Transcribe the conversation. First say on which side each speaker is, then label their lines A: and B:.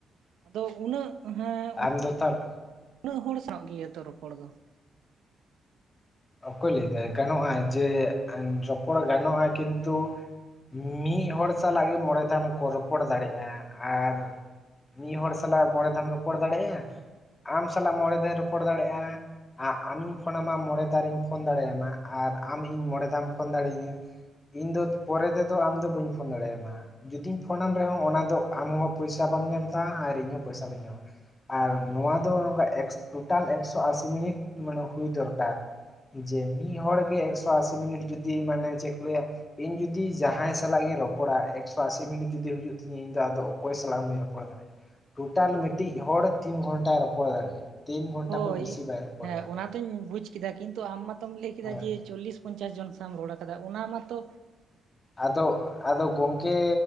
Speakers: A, on the right (about 80°); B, on the left (about 25°).
A: ᱟᱫᱚ ᱩᱱᱟᱹᱜ ᱦᱮᱸ
B: ᱟᱢ ᱫᱚ ᱛᱟᱦᱚᱞᱮ
A: ᱩᱱᱟᱹᱜ ᱦᱚᱲ ᱥᱟᱶ ᱜᱮ ᱛᱚ ᱨᱚᱯᱚᱲ ᱫᱚ
B: ᱚᱠᱚᱭ ᱞᱟᱹᱭᱫᱟᱭ ᱜᱟᱱᱚᱜᱼᱟ ᱡᱮ ᱨᱚᱯᱚᱲ ᱜᱟᱱᱚᱜᱼᱟ ᱠᱤᱱᱛᱩ ᱢᱤ ᱢᱤᱫ ᱦᱚᱲ ᱥᱟᱞᱟᱜ ᱜᱮ ᱢᱚᱬᱮ ᱫᱷᱟᱹᱣ ᱠᱚᱢ ᱨᱚᱯᱚᱲ ᱫᱟᱲᱮᱭᱟᱜᱼᱟ ᱟᱨ ᱢᱤᱫ ᱦᱚᱲ ᱥᱟᱞᱟᱜ ᱢᱚᱬᱮ ᱫᱷᱟᱢ ᱨᱚᱯᱚᱲ ᱫᱟᱲᱮᱭᱟᱜᱼᱟ ᱾ ᱟᱢ ᱥᱟᱞᱟᱜ ᱢᱚᱬᱮᱸ ᱫᱷᱟᱹᱣ ᱨᱚᱯᱚᱲ ᱫᱟᱲᱮᱭᱟᱜᱼᱟ ᱟᱢᱤᱧ ᱯᱷᱳᱱ ᱟᱢᱟ ᱢᱚᱬᱮᱸ ᱫᱟᱨᱤᱧ ᱯᱷᱳᱱ ᱫᱟᱲᱮᱭᱟᱢᱟ ᱟᱨ ᱟᱢ ᱤᱧ ᱢᱚᱬᱮ ᱫᱷᱟᱣᱮᱢ ᱯᱷᱳᱱ ᱫᱟᱲᱮ ᱤᱧᱟᱹ ᱤᱧ ᱫᱚ ᱯᱚᱨᱮ ᱛᱮᱫᱚ ᱟᱢᱫᱚ ᱵᱟᱹᱧ ᱯᱷᱳᱱ ᱫᱟᱲᱮᱭᱟᱢᱟ ᱡᱩᱫᱤᱧ ᱯᱷᱳᱱᱟᱢ ᱨᱮᱦᱚᱸ ᱚᱱᱟ ᱫᱚ ᱟᱢ ᱦᱚᱸ ᱯᱚᱭᱥᱟ ᱵᱟᱢ ᱧᱟᱢ ᱫᱟ ᱟᱨ ᱤᱧᱦᱚᱸ ᱯᱚᱭᱥᱟ ᱵᱟᱹᱧ ᱧᱟᱢᱟ ᱟᱨ ᱱᱚᱣᱟ ᱫᱚ ᱱᱚᱝᱠᱟ ᱮᱠᱥ ᱴᱳᱴᱟᱞ ᱮᱠᱥᱚ ᱟᱥᱤ ᱢᱤᱱᱤᱴ ᱢᱟᱱᱮ ᱦᱩᱭ ᱫᱚᱨᱠᱟᱨ ᱡᱮ ᱢᱤᱫ ᱦᱚᱲ ᱜᱮ ᱮᱠᱥᱚ ᱟᱥᱤ ᱢᱤᱱᱤᱴ ᱡᱩᱫᱤ ᱢᱟᱱᱮ ᱪᱮᱫ ᱠᱚ ᱞᱟᱹᱭᱟ ᱤᱧ ᱡᱩᱫᱤ ᱡᱟᱦᱟᱸᱭ ᱥᱟᱞᱟᱜ ᱜᱤᱧ ᱨᱚᱯᱚᱲᱟ ᱮᱠᱥᱚ ᱟᱥᱤ ᱢᱤᱱᱴ ᱡᱩᱫᱤ ᱦᱩᱭᱩᱜ ᱛᱤᱧᱟᱹ ᱤᱧ ᱫᱚ ᱟᱫᱚ ᱚᱠᱚᱭ ᱥᱟᱞᱟᱜ ᱦᱚᱸ ᱵᱟᱹᱧ ᱨᱚᱯᱚᱲ ᱫᱟᱲᱮᱭᱟᱜᱼᱟ ᱴᱳᱴᱟᱞ ᱢᱤᱫᱴᱤᱡ ᱦᱚᱲ ᱛᱤᱱ ᱜᱷᱚᱱᱴᱟᱭ ᱨᱚᱯᱚᱲ ᱫᱟᱲᱮᱭᱟᱜᱼᱟ ᱛᱤᱱ ᱜᱷᱚᱱᱴᱟ
A: ᱦᱳᱭ
B: ᱠᱷᱚᱡ ᱵᱮᱥᱤ ᱵᱟᱭ ᱨᱚᱯᱚᱲ
A: ᱦᱮᱸ
B: ᱫᱟᱲᱮᱭᱟᱜᱼᱟ
A: ᱚᱱᱟ ᱛᱚᱧ ᱵᱩᱡ ᱠᱮᱫᱟ ᱠᱤᱱᱛᱩ ᱟᱢ ᱢᱟᱛᱚᱢ ᱞᱟᱹᱭ ᱠᱮᱫᱟ
B: ᱦᱳᱭ
A: ᱡᱮ ᱪᱚᱞᱞᱤᱥ ᱯᱚᱧᱪᱟᱥ ᱡᱚᱱ ᱥᱟᱢ ᱨᱚᱲ ᱠᱟᱫᱟ ᱚᱱᱟ ᱢᱟᱛᱚ
B: ᱟᱫᱚ ᱟᱫᱚ ᱜᱚᱝᱠᱮ